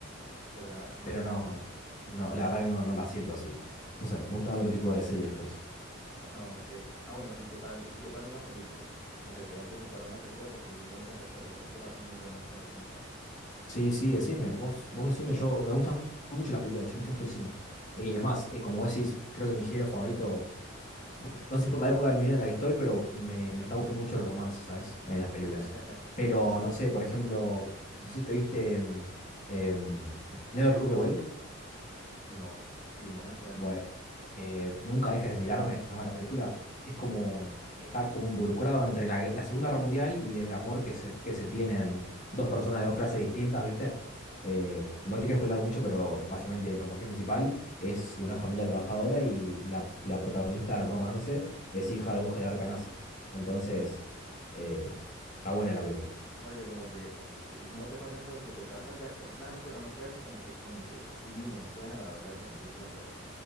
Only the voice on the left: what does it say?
Pero
no, no, la verdad que no, no la siento así. No sé, me gustan otro tipo de series, me parece.
Sí, sí, decime, vos, vos decime, yo me gustan mucho las películas, de hecho, me gusta mucho el cine. Eh, es más, eh, como vos decís, creo que mi género favorito, no sé si por la época de mi vida en la que estoy, pero me, me está gustando mucho el romance, ¿sabes? En las películas.
Pero no sé, por ejemplo, no sé si te viste em, em, Never Look Away.
Bueno, eh, nunca dejes de mirarme, se llama la película. Es como, está como involucrado entre la, la Segunda Guerra Mundial y el amor que se, que se tienen dos personas de dos clases distintas, ¿viste? Eh, no te quiero spoiler mucho, pero básicamente el personaje principal es de una familia trabajadora y la, la protagonista del romance es hija de un jerarca nazi. Entonces, eh, está buena la película.